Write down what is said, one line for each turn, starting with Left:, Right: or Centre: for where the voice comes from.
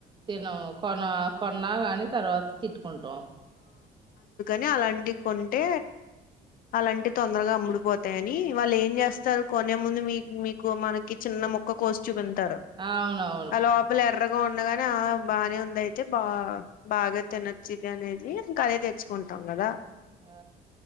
Right: తినము కొన కొన్న గాని తర్వాత తిట్టుకుంటాం
Left: ని అలాంటియి కొంటే అలాంటే తొందరగా అమ్ముడిపోతాయని వాళ్ళు ఏం చేస్తారు కొనే ముందు మీ మీకు మనకి చిన్న మక్క కోసి చూపింతారు
Right: అవునవును
Left: ఆ లోపల ఎర్ ర్రగా ఉన్నదని ఆ బాగానే ఉంది అయితే బా బాగా తినొచ్చిది అనేది ఇంకా అదే తెచ్చుకుం ంటా కదా
Right: ఆ